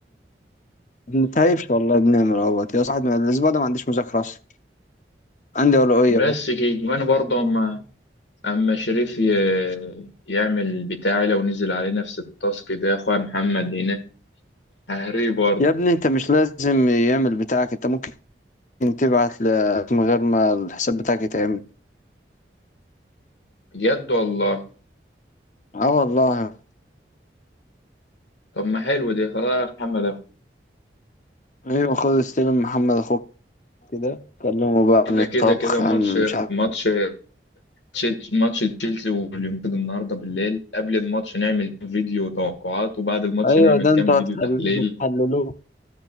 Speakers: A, on the left; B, on the left.
A: بنتهيفش والله بنعمل اهوت يا صاحبي أنا الاسبوع ده ما عنديش مذاكره اصلا عندي اولويه
B: بس
A: بقى
B: كده وانا برضه اما اما شريف ي... يعمل بتاعي لو نزل عليه نفس التاسك ده يا اخويا محمد هنا ههريه برضه
A: يا ابني انت مش لازم يعمل بتاعك انت ممكن تبعت ل- من غير ما الحساب بتاعك يتعمل
B: بجد والله
A: اه والله
B: طب ما حلو دي خلاص يا محمد أخو.
A: ايوه خد استلم محمد اخوك كده كلمه بقى
B: كده
A: عن الطبخ
B: كده كده ماتش
A: عن مش عارف
B: ماتش تشيل- ماتش تشيلسي واليونايتد النهارده بالليل قبل الماتش نعمل كام فيديو توقعات وبعد الماتش
A: ايوه
B: نعمل
A: ده
B: كام
A: انتوا
B: فيديو
A: هتحل...
B: تحليل
A: هتحللوه